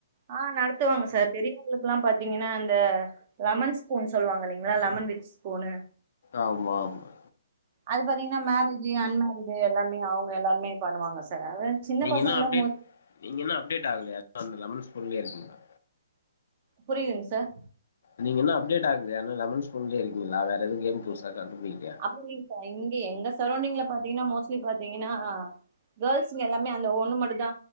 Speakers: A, on the right (about 40°); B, on the left (about 60°).
A: ஆ நடத்துவாங்க சார் பெரியவங்களுக்குல்லா பாத்தீங்கன்னா அந்த லெமன் ஸ்பூன் சொல்லுவாங்க இல்லைங்களா லெமன் வித் ஸ்பூனு
B: ஆமா ஆமா
A: அது பாத்தீங்கன்னா மேரேஜு அன்மேரீடு எல்லாமே அவுங்க எல்லாமே பண்ணுவாங்க சார் சின்ன
B: நீங்க
A: பசங்கல்லா
B: இன்னு அப்டேட்
A: மோ
B: நீங்க இன்னு அப்டேட் ஆகலையா அந்த லெமன் ஸ்பூன்லேயே இருக்கீங்கல
A: புரியலீங்க சார்
B: நீங்க இன்னு அப்டேட் ஆகலையா இன்னு லெமன் ஸ்பூன்லேயே இருக்கீங்களா வேற எது கேம் புதுசா கண்டுபிடிக்கலயா
A: அப்புடி இல்லைங்க சார் இங்க எங்க சரௌண்டிங்ல பாத்தீங்கன்னா மோஸ்ட்லி பாத்தீங்கன்னா கேர்ள்ஸுங்க எல்லாமே அந்த ஒண்ணு மட்டுந்தா